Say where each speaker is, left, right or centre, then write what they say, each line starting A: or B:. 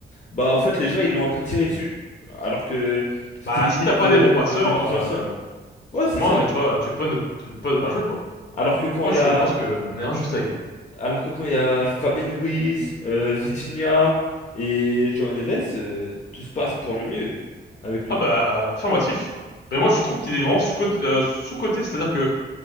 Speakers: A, on the left (about 40°); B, on the left (about 65°).
A: Bah, en fait, les gens, ils l'ont un peu tiré dessus. Alors que c'était
B: Bah,
A: limite
B: si t'as pas
A: euh,
B: des bons passeurs,
A: un des plus
B: euh,
A: anciens. Ouais,
B: excuse-moi,
A: c'est ça.
B: mais tu vois, tu peux ne, tu peux ne pas jouer, quoi.
A: Alors que quand
B: Moi
A: il
B: je
A: y a
B: pense que on est injuste avec lui.
A: Alors que quand il y a Fabien Ruiz, euh, Vitinha et João Neves, euh, tout se passe pour le mieux avec lui.
B: Ah bah, affirmatif. Mais moi je trouve qu'il est vraiment sous-coté, euh, sous-coté, c'est-à-dire que